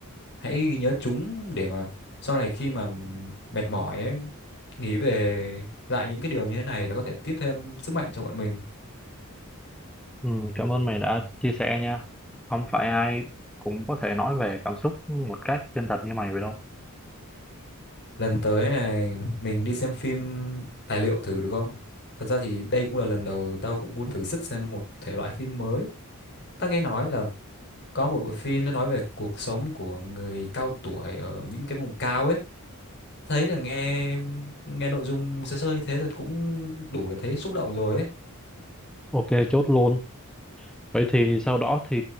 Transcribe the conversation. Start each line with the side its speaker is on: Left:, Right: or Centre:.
Left: hãy ghi nhớ chúng để mà sau này khi mà mệt mỏi ấy nghĩ về lại những cái điều như thế này nó có thể tiếp thêm sức mạnh cho bọn mình
Centre: Ừ, cảm ơn mày đã chia sẻ nha. Không phải ai cũng có thể nói về cảm xúc một cách chân thật như mày vậy đâu.
Left: lần tới này mình đi xem phim tài liệu thử được không thật ra thì đây cũng là lần đầu tao cũng muốn thử sức xem một thể loại phim mới tao nghe nói là có một bộ phim nó nói về cuộc sống của người cao tuổi ở những cái vùng cao ấy thấy là nghe nghe nội dung sơ sơ như thế thôi cũng đủ để thấy xúc động rồi ấy
Centre: Ok, chốt luôn. Vậy thì sau đó thì